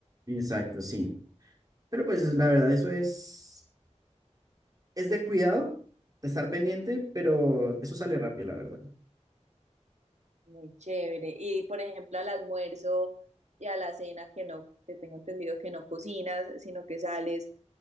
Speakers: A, on the right; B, on the right.
A: Exacto, sí. Pero pues la verdad, eso es. es de cuidado, estar pendiente, pero eso sale rápido, la verdad.
B: Muy chévere. Y por ejemplo, al almuerzo y a la cena que no, que tengo entendido que no cocinas, sino que sales,